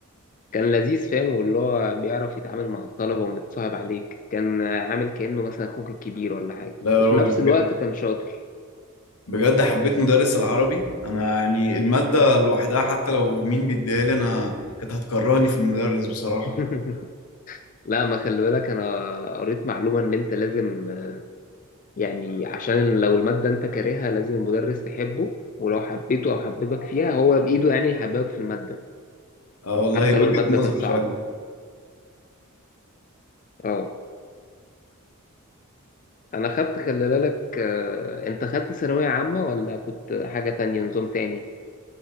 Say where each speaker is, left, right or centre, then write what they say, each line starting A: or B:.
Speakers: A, on the left; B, on the left.
A: كان لذيذ فاهم واللي هو بيعرف يتعامل مع الطلبة ومتصاحب عليك كان عامل كأنه مثلا أخوك الكبير ولا حاجة
B: لا يا
A: وفي
B: راجل
A: نفس
B: بجد
A: الوقت كان شاطر
B: بجد حبيت مدرس العربي انا يعني المادة لوحدها حتى لو مين بيديها لي انا كانت هتكرهني في المدرس بصراحة
A: <laughs> لا ما خلي بالك أنا قريت معلومة إن أنت لازم يعني عشان لو المادة أنت كارهها لازم المدرس تحبه ولو حبيته أو حببك فيها هو بإيده يعني يحببك في المادة
B: اه والله
A: حتى لو
B: وجهة
A: المادة
B: نظر
A: كانت صعبة
B: فعلا
A: اه أنا خدت خلي بالك آه، أنت خدت ثانوية عامة ولا كنت حاجة تانية نظام تاني